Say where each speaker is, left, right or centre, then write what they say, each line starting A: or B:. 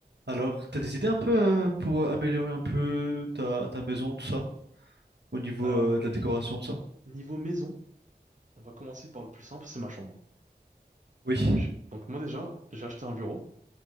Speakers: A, on the right; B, on the right.
A: Alors, t'as des idées un peu euh, pour améliorer un peu ta, ta maison, tout ça, au niveau
B: Alors,
A: euh, de la décoration, tout ça?
B: niveau maison, on va commencer par le plus simple, c'est ma chambre.
A: Oui.
B: Donc, donc moi déjà, j'ai acheté un bureau.